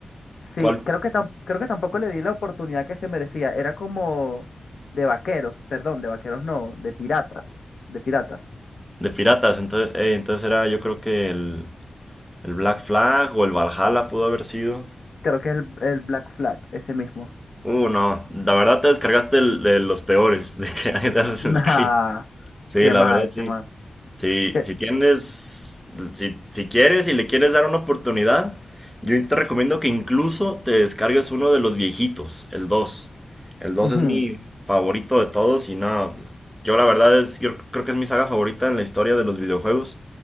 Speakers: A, on the left; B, in the centre.
A: sí,
B: ¿Cuál?
A: creo que, tam- creo que tampoco le di la oportunidad que se merecía. Era como de vaqueros, perdón, de vaqueros no, de piratas, de piratas.
B: De piratas, entonces, eh, entonces era yo creo que el, el Black Flag o el Valhalla pudo haber sido.
A: Creo que es el, el Black Flag, ese mismo. <laughs>
B: Uh, no, la verdad te descargaste el- de los peores de que <laughs> hay de Assassin's
A: Nah,
B: Creed. Sí,
A: qué
B: la
A: mal,
B: verdad sí.
A: qué mal.
B: Si,
A: Qué,
B: si tienes, si, si quieres y le quieres dar una oportunidad, yo te recomiendo que incluso te descargues uno de los viejitos, el dos El dos
A: ujú,
B: es mi favorito de todos y nada, pues, yo la verdad es, yo creo que es mi saga favorita en la historia de los videojuegos